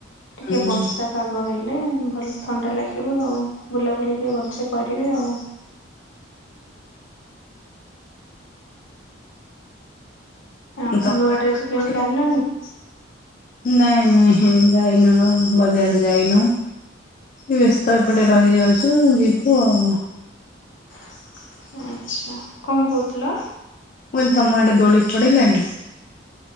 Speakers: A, on the left; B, on the left.
A: ଟିକେ
B: ହୁଁ
A: ବର୍ଷା ପାଗ ହେ ହେଲେ ଭଲ ଥଣ୍ଡା ଲାଗିବ ଆଉ ବୁଲାବୁଲି ଟିକେ ଭଲସେ କରିବେ ଆଉ। ହଁ
B: ତମର
A: ନୂଆ ଡ୍ରେସ୍ କିଣିକି
B: କରିଛ?
A: ଆଣିଲଣି? <inaudible>
B: ନାଇଁ ନାଇଁ ଯାଇନୁ ଆଉ ବଜାର ଯାଇନୁ। ବ୍ୟସ୍ତ ଏପଟେ ରହିଯାଉଛୁ ଯିବୁ ଆଉ।
A: <inaudible> ଆଛା କଣ କହୁଥିଲ?
B: ମୁଁ କହିଲି ତମ ଆଡେ ଦୋଳି ପିଡ଼ିଲାଣି?